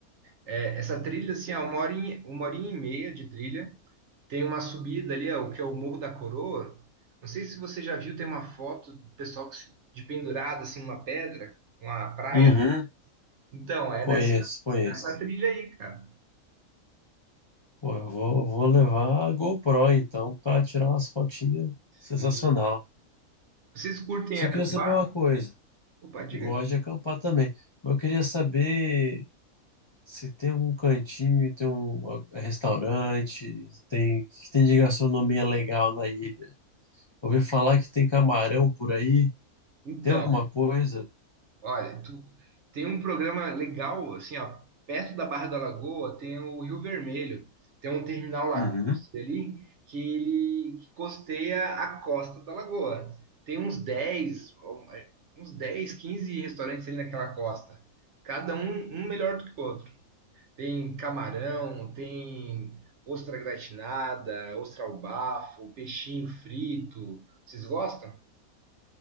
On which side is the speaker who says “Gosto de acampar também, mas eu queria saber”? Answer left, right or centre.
Left